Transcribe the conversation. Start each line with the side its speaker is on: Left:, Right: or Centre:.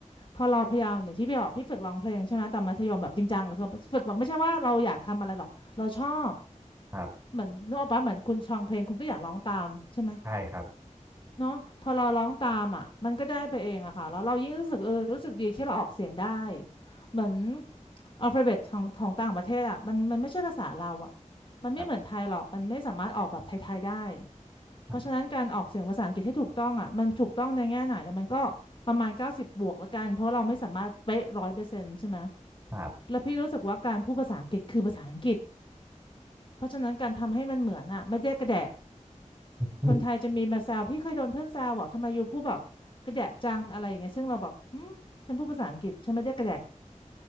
Left: พอเราพยายามอย่างที่พี่บอกพี่ฝึกร้องเพลงใช่ไหมตอนมัธยมแบบจริงจังเลยคือฝึกแบบไม่ใช่ว่าเราอยากทำอะไรหรอกเราชอบ
Right: ครับ
Left: เหมือนนึกออกปะเหมือนคุณฟังเพลงคุณก็อยากร้องตามใช่ไหม
Right: ใช่ครับ
Left: เนาะพอเราร้องตามอ่ะมันก็ได้ไปเองอะค่ะแล้วเรายิ่งรู้สึกเออรู้สึกดีที่เราออกเสียงได้เหมือนอัลฟาเบตของของต่างประเทศอะมันมันไม่ใช่ภาษาเราอะมันไม่เหมือนไทยหรอกมันไม่สามารถออกแบบไทยๆได้
Right: ครับครับ
Left: เพราะฉะนั้นการออกเสียงภาษาอังกฤษให้ถูกต้องอ่ะมันถูกต้องในแง่ไหนอะมันก็ประมาณเก้าสิบบวกละกันเพราะเราไม่สามารถเป๊ะร้อยเปอร์เซ็นต์ใช่ไหม
Right: ครับ
Left: แล้วพี่รู้สึกว่าการพูดภาษาอังกฤษคือภาษาอังกฤษเพราะฉะนั้นการทำให้มันเหมือนอ่ะไม่ได้กระแดะ
Right: <laughs>
Left: คนไทยจะมีมาแซวพี่เคยโดนเพื่อนแซวบอกทำไมยูพูดแบบกระแดะจังอะไรอย่างเงี้ยซึ่งเราบอกหืมฉันพูดภาษาอังกฤษฉันไม่ได้กระแดะ